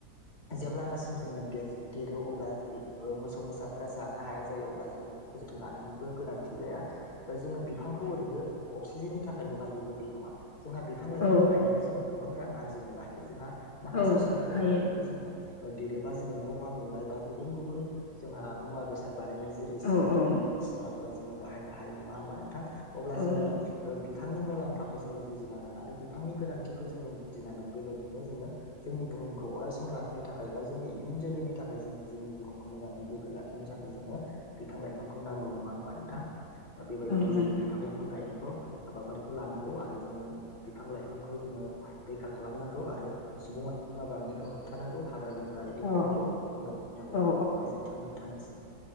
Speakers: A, on the left; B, on the left.
A: जेब्लानासिम जोङो दे देरो अब्ला बि ओ मोसौ मोसाफोरा जानो हाया जायो अब्ला बिखौ लादोंबो गोनांथि जाया जोङो बिफांखौ ओरैनो अक्सिजेननि थाखायल' गायोबो बे नङा जोंहा बिफां लाइफांखौ
B: औ
A: गायनानै जोङो गोबां रां आर <unintelligible> माखासे
B: औ
A: समनि उनाव
B: हायो
A: बेखौ जोङो देरोबा जोङो न' बां लुनाय बा गुबुन गुबुन जोंहा मुवा बेसाद बानायनाय जेरै सियार
B: औ
A: थेबोल
B: औ
A: बायदिसिनाफोराव जोङो बाहायनो हायो नङा होमबा नोंथां अब्ला
B: औ
A: जोङो
B: नंगौ
A: बिफांनि मुलाम फाखौ जो जोङो बुजिनांगोन आरो बिफांनि गोनांथिखौ जोङो बुजिनांगोन बेबायदिनो जोङो जोंनि बुहुमखौ अरायस लाखिनो थाखाय बा जोंनि इयुन जोलैनि थाखाय जोङो जोंनि बुहुमखौ मोजायै गोगो लाखिनो था जोङो बिफां लाइफांखौ नांगौ नङा होमबा नोंथां बेबायदिनो
B: औ नंगौ
A: जोङो बिफां लाइफां गायनायखौ हाबाफारिखौ लानांगौ आरो जोङो बिफां-लाइफांखौ जोङो रैखा खालामनांगौ आरो सुबुं अनजिमा बांनायखौ होबथानांगौ हाग्रा-बंग्रा
B: औ
A: एवफायनायखौ बन्द' खालामनांगौ
B: औ
A: गोजोनथों नोंथांनिसिम।